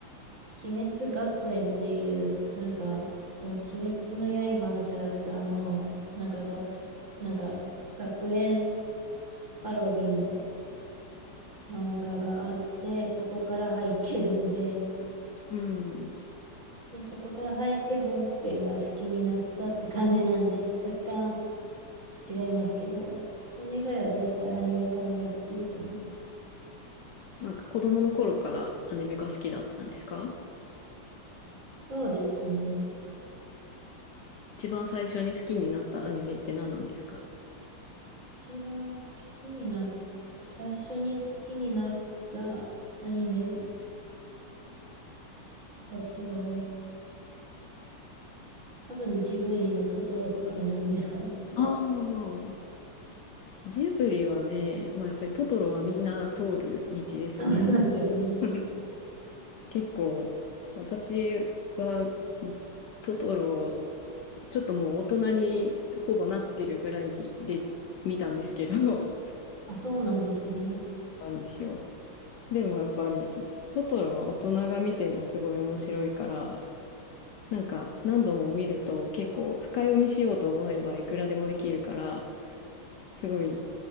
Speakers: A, on the right (about 40°); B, on the left (about 65°).
A: 鬼滅学園っていう、なんか、その鬼滅の刃のキャラクターの、なんか学す、なんか、学園パロディの漫画があって、そこから入ってるんで、
B: うん。
A: で、そこから入って本編が好きになったって感じなんで、若干違いますけど、それ以外は大体アニメから入っていると思います。
B: なんか子供の頃からアニメが好きだったんですか
A: そうですね。
B: 一番最初に好きになったアニメって何なんですか
A: 一番好きにな、最初に好きになったアニメだと、多分ジブリのトトロとかになるんですかね、とか、
B: ああ、ジブリはね、まあやっぱりトトロはみんな通る道ですよ。
A: <laughs> 思いますよね。
B: <laughs> 結構私はトトロちょっともう大人にほぼなってるぐらいで見たんですけど、
A: あ、そうなんですね。
B: <laughs> なんですよ。でもやっぱり、トトロは大人が見てもすごい面白いから、なんか何度も見ると結構深読みしようと思えばいくらでもできるから、すごい